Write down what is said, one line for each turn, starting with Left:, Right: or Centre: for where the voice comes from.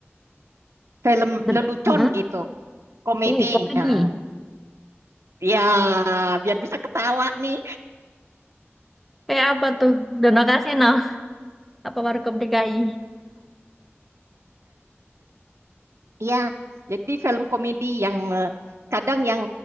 Right: film
Centre: Ber
Right: lelucon
Centre: Mm-mm.
Right: gitu komedi
Centre: Uh, komedi.
Right: eh, ya biar bisa ketawa nih
Centre: Kayak apa tuh? Dono Kasino. <laughs> Apa Warkop DKI?
Right: ya jadi film komedi yang eh, kadang yang